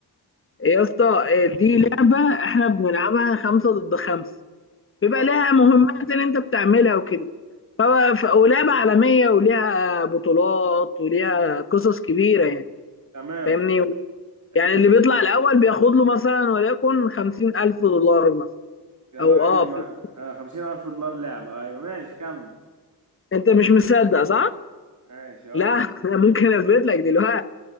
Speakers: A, on the left; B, on the right.
A: إيه يا اسطى آه، دي لعبه احنا بنلعبها خمسه ضد خمسه بيبقى
B: اه
A: لها مهمات اللي انت بتعملها وكده فبقى- ف- ولعبه عالميه وليها بطولات وليها قصص كبيره يعني
B: تمام
A: فاهمني يعني
B: دي
A: اللي بيطلع الأول بياخد له مثلا وليكن خمسين ألف دولار مثلا
B: يا
A: أو
B: راجل
A: أه
B: ما
A: في-
B: آه، خمسين ألف دولار لعبة أيوة ماشي كمل
A: أنت مش مصدق صح؟
B: ماشي اه
A: لا <laughs> أنا ممكن أثبت لك دلوقتي